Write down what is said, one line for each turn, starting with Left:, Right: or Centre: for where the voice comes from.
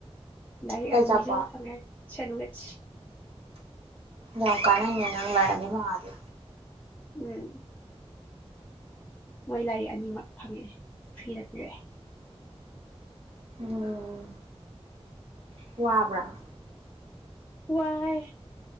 Left: ꯂꯥꯏꯔꯤꯛ
Right: ꯀꯩ
Left: ꯑꯅꯤꯁꯨ
Right: ꯑꯆꯥꯄꯣꯠ
Left: ꯐꯪꯉꯦ ꯁꯦꯟ ꯋꯤꯁ <inaudible>
Right: ꯌꯥꯝ ꯀꯥꯟꯅꯩꯅꯦ ꯅꯪ ꯂꯥꯢꯔꯤꯛ ꯑꯅꯤ ꯃꯐꯪꯉꯛ ꯑꯗꯤ
Left: ꯎꯝ ꯃꯣꯏ ꯂꯥꯏꯔꯤꯛ ꯑꯅꯤꯃꯛ ꯐꯪꯉꯛꯑꯦ ꯐ꯭ꯔꯤꯗ ꯄꯤꯔꯛꯑꯦ
Right: ꯎꯝ ꯋꯥꯕ꯭ꯔꯥ
Left: ꯋꯥꯏ